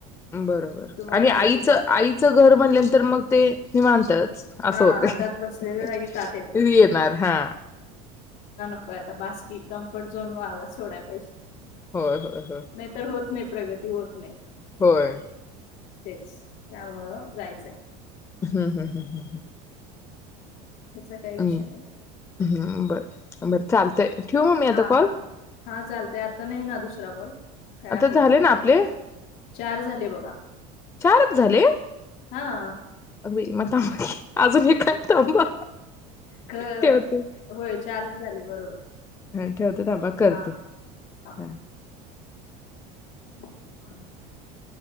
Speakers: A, on the left (about 15°); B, on the left (about 60°).
A: बरोबर,
B: तुम्हाला
A: आणि
B: माहितच
A: आई इच
B: आहे.
A: आईच घर म्हणल्यानंतर मग ते निवांतच. असं
B: हा
A: होतय
B: हातात
A: हः
B: बसलेल्या
A: हः
B: जागी ताट येते.
A: व्ही येनार हा.
B: व्हय आता बास कीं, कंफर्ट झोन वागा सोडाय पाहिजे.
A: होय होय होय
B: नही तर होत नाही. प्रगती होत नाय.
A: होय
B: तेच. त्यामुळं जायचं हाय.
A: हः हः हः हः हः हः हं.
B: त्याचा काही
A: अम,
B: विषय नाही.
A: हा बरं, बर चालतंय. ठेवू मग मी आता
B: हा..
A: कॉल
B: हा.. हा चालतंय आता नाही ना दूस ट्रबळ. काय
A: आता
B: आहे?
A: झाले ना आपले
B: चार झाले बगा.
A: चारच झाले?
B: हा..,..
A: <unintelligible> अजून हे काय? थांबा.
B: ख..
A: ठेवते
B: होय चारच झाले, बरोबर.
A: हं ठेवते थांबा. करते,
B: हा हा
A: हं
B: <unintelligible>